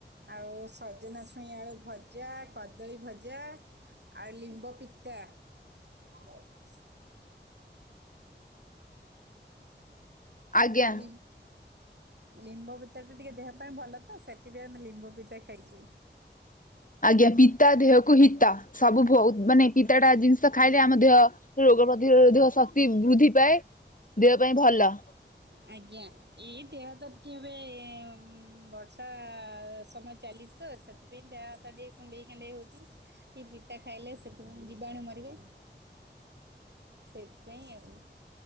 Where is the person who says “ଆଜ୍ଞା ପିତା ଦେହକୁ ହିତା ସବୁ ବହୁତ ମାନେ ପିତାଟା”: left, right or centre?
Left